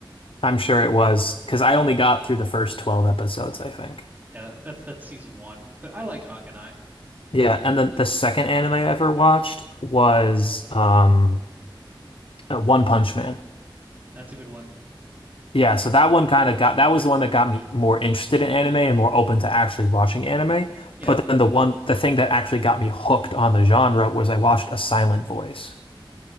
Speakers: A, on the left; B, on the right.
A: I'm sure it was because I only got through the first 12 episodes, I think.
B: Yeah, that's that's season one. But I liked Haganai.
A: Yeah, and then the second anime I ever watched was um uh, One Punch Man.
B: That's a good one.
A: Yeah, so that one kind of got that was the one that got me more interested in anime and more open to actually watching anime.
B: Yeah.
A: But then the one the thing that actually got me hooked on the genre was I watched A Silent Voice.